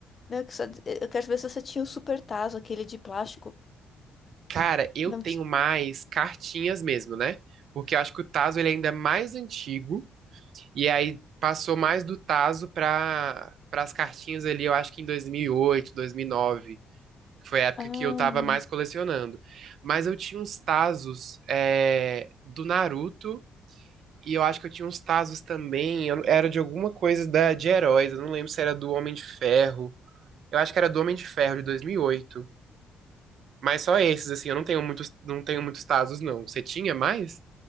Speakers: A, on the left; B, on the right.
A: Né, que você- Eu quero ver se você tinha o Super Tazo, aquele de plástico.
B: Cara, eu
A: Não,
B: tenho
A: ti-
B: mais cartinhas mesmo, né? Porque eu acho que o Tazo ele é ainda mais antigo. E aí passou mais do tazo para para as cartinhas ali, eu acho que em 2008, 2009, que foi a época
A: ah,
B: que eu tava mais colecionando. Mas eu tinha uns tazos é, do Naruto e eu acho que eu tinha uns tazos também, eu- era de alguma coisa da de heróis, eu não lembro se era do Homem de Ferro. Eu acho que era do Homem de Ferro de 2008. Mas só esses assim, eu não tenho muitos, não tenho muitos tazos não. Você tinha mais?